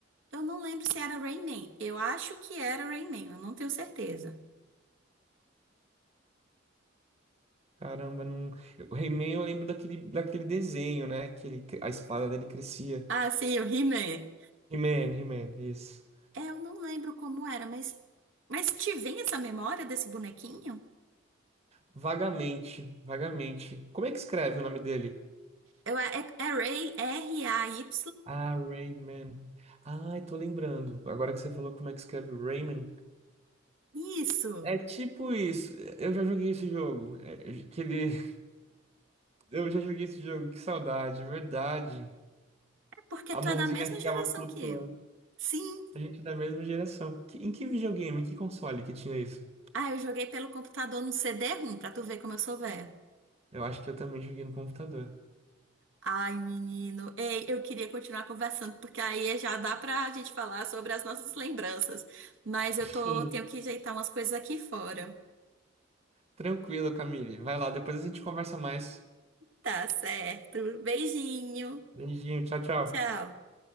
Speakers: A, on the right; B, on the right.
A: Eu não lembro se era Rayman. Eu acho que era Rayman, eu não tenho certeza.
B: Caramba, não. O He-Man eu lembro daquele, daquele desenho, né? Que ele, a espada dele crescia.
A: Ah, sim, o He-Man.
B: He-Man, He-Man, isso.
A: É, eu não lembro como era, mas. Mas te vem essa memória desse bonequinho?
B: Vagamente, vagamente. Como é que escreve o nome dele?
A: Eu, é, é Ray, R-A-Y?
B: Ah, Rayman. Ai, tô lembrando. Agora que você falou como é que escreve Rayman.
A: Isso!
B: É tipo isso. Eu já joguei esse jogo. É, é, que ele... <laughs> Eu já joguei esse jogo. Que saudade, verdade.
A: É porque
B: A
A: tu
B: mãozinha
A: é da mesma
B: ficava
A: geração
B: flutuando.
A: que eu. Sim!
B: A gente é da mesma geração. Que- Em que videogame, que console que tinha isso?
A: Ah, eu joguei pelo computador no CD-ROM, pra tu ver como eu sou velha.
B: Eu acho que eu também joguei no computador.
A: Ai, menino. Ei, eu queria continuar conversando, porque aí já dá pra gente falar sobre as nossas lembranças. Mas eu tô,
B: Hum.
A: tenho que ajeitar umas coisas aqui fora.
B: Tranquilo, Camille. Vai lá, depois a gente conversa mais.
A: Tá certo. Beijinho.
B: Beijinho, tchau, tchau.
A: Tchau.